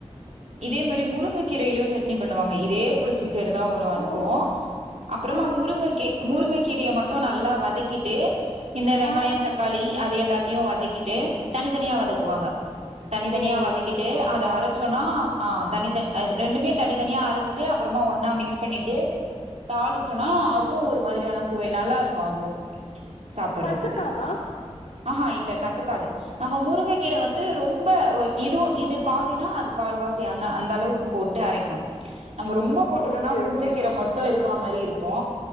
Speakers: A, on the right; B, on the left.
A: இதே மாரி முருங்க கீரையிலு சட்னி பண்ணுவாங்க இதே ப்ரொ சீஜர்தா வரு அதுக்கு
B: ஓ
A: அப்றமா
B: ஆ
A: முருங்க கே முருங்க கீரைய மட்டு நல்லா வதக்கிட்டு இந்த வெங்காயோ
B: ஆ
A: தக்காளி அத எல்லாத்தையு வதக்கிட்டு தனித்தனியா வதக்குவாங்க
B: ஓ
A: தனி தனியா
B: ஓ
A: வதக்கிட்டு
B: ஓகே ஓகே
A: அத அரைச்சோனா ஆ தனி தனி அது ரெண்டுமே தனி தனியா அரச்சிட்டு அப்புறமா ஒன்னா மிக்ஸ் பண்ணிட்டு தாளிச்சோனா அதுவு ஒரு மாதிரியான சுவை நல்லாருக்கு அதுவு சாப்பறதுக்கு
B: கசக்காதா
A: ஆஹா இல்ல கசக்காது நம்ம முருங்க கீர வந்து
B: ஓகே
A: ரொம்ப ஒ இதுவு இது பாதினா அது கால்வாசி அந்த அந்த அளவுக்கு போட்டு அரைக்கணு நாம ரொம்ப போட்டுட்டோனா
B: ஓகே
A: முருங்கைக்கீரை
B: ஓகே
A: மட்டு இருக்கா மாரி இரு க்கு